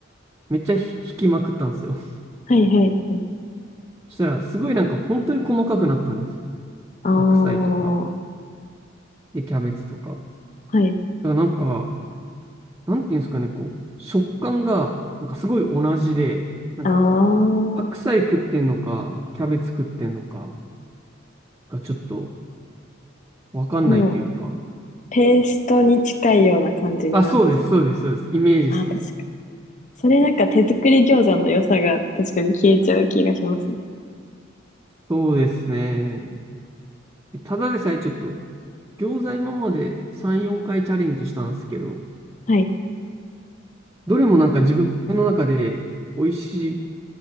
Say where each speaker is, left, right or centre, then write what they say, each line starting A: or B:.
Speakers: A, on the right; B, on the left.
A: めっちゃ引きまくったんですよ。
B: はい、はい。
A: そしたら、すごいなんか本当に細かくなったんですよね。
B: ああ、
A: 白菜とか、
B: は
A: で、キャベツとか。だか
B: い。
A: らなんか、なんていうんですかね、こう、食感が、なんかすごい同じで、なんか、
B: ああ、も
A: 白菜食ってんのか、キャベツ食ってんのかがちょっとわかんないというか。
B: う、ペーストに近いような感じになっちゃう。
A: あ、そうです、そうです、そうです。イメージそうです。
B: あ、確かに。それなんか手作り餃子の良さが確かに消えちゃう気がしますね。
A: そうですね。ただでさえちょっと、餃子今まで3、4回チャレンジしたんですけど、
B: はい。
A: どれもなんか自分の中で美味しい